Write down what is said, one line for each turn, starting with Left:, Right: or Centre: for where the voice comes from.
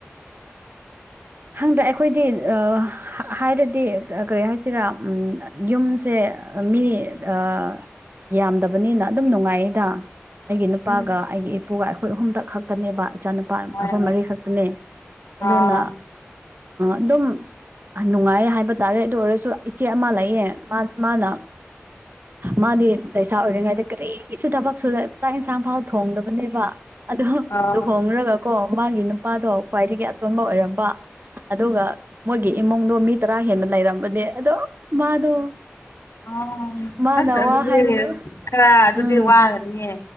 Right: ꯈꯪꯗꯦ ꯑꯩꯈꯣꯏꯗꯤ ꯑ ꯑ ꯍꯥꯏꯔꯗꯤ ꯀꯔꯤ ꯍꯥꯏꯁꯤꯔꯥ ꯎꯝ ꯌꯨꯝꯁꯦ ꯑ ꯃꯤ ꯑ ꯌꯥꯝꯗꯕꯅꯤꯅ ꯑꯗꯨꯝ ꯅꯨꯡꯉꯥꯏꯌꯦꯗ ꯑꯩꯒꯤ ꯅꯨꯄꯥꯒ
Left: ꯎꯝ
Right: ꯑꯩꯒꯤ ꯏꯄꯨꯒ ꯑꯩꯈꯣꯏ ꯑꯍꯨꯝꯗꯛ ꯈꯛꯇꯅꯦꯕ꯫ ꯏꯆꯥꯅꯨꯄꯥ
Left: ꯍꯣꯏ
Right: ꯑꯩꯈꯣꯏ ꯃꯔꯤ ꯈꯛꯇꯅꯦ ꯑꯗꯨꯅ
Left: ꯑꯥ
Right: ꯑꯗꯨꯝ ꯑꯍ ꯅꯨꯡꯉꯥꯏ ꯍꯥꯏꯕ ꯇꯥꯔꯦ ꯑꯗꯨ ꯑꯣꯏꯔꯁꯨ ꯏꯆꯦ ꯑꯃ ꯂꯩꯌꯦ ꯃꯥ ꯃꯥꯅ
Left: <inaudible>
Right: ꯃꯥꯗꯤ ꯂꯩꯁꯥ ꯑꯣꯏꯔꯤꯉꯩꯗ ꯀꯔꯤꯁꯨ ꯊꯕꯛ ꯁꯨꯗ ꯆꯥꯛ ꯏꯟꯁꯥꯡ ꯐꯥꯎ ꯊꯣꯡꯗꯕꯅꯦꯕ꯫ ꯑꯗꯣ
Left: ꯑꯥ
Right: ꯂꯨꯍꯣꯡꯉ꯭ꯔꯒꯀꯣ ꯃꯥꯒꯤ ꯅꯨꯄꯥꯗꯣ ꯈ꯭ꯋꯥꯏꯗꯒꯤ ꯑꯇꯣꯟꯕ ꯑꯣꯏꯔꯝꯕ꯫ ꯑꯗꯨꯒ ꯃꯣꯏꯒꯤ ꯏꯃꯨꯡꯗꯣ ꯃꯤ ꯇꯔꯥ ꯍꯦꯟꯅ ꯂꯩꯔꯝꯕꯅꯦ ꯑꯗꯣ ꯃꯥꯗꯣ
Left: ꯑꯣ
Right: ꯃꯥꯅ
Left: ꯑꯁ ꯑꯗꯨꯗꯤ
Right: ꯋꯥ ꯍꯥꯏꯕꯗꯣ
Left: ꯈꯔ ꯑꯗꯨꯗꯤ
Right: ꯎꯝ
Left: ꯋꯥꯒꯅꯤꯌꯦ꯫